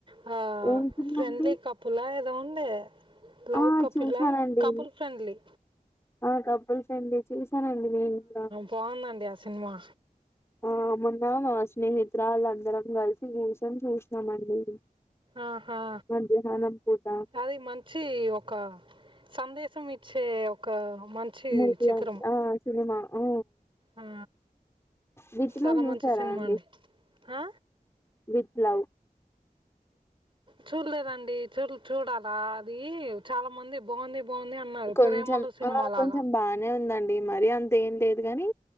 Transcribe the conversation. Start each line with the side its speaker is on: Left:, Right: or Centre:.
Right: హొ
Left: ఏం సినిమా
Right: ఫ్రెండ్లీ
Left: అండి
Right: కపులా ఏదో ఉంది లవ్
Left: ఆ
Right: కపిల్లా
Left: చూసానండి
Right: కపుల్ ఫ్రెండ్లీ
Left: ఆ కపుల్స్ అండి చూసానండి నేను కూడ
Right: బాగుందండి ఆ సినిమా
Left: ఆ మన్నా స్నేహితురాళ్ల అందరం కలిసి <unintelligible> చూసినామండి
Right: ఆహా
Left: మధ్యాహ్నం పూట
Right: అది మంచి ఒక సందేశం ఇచ్చే ఒక మంచి
Left: మూవీ
Right: చిత్రం
Left: ఆ సినిమా ఓ
Right: ఆ
Left: విత్
Right: చాలా
Left: లవ్ జూసారా
Right: మంచి సినిమా
Left: అండి
Right: ఆ
Left: విత్ లవ్
Right: చూడలేదండి చూ చూడాలా అది చాలా మంది బాగుంది బాంది అన్నారు
Left: కొంచెం
Right: ప్రేమలు సినిమా
Left: ఆ
Right: లాగా
Left: కొంచెం బానే ఉందండి మరి అంత ఏం లేదు గాని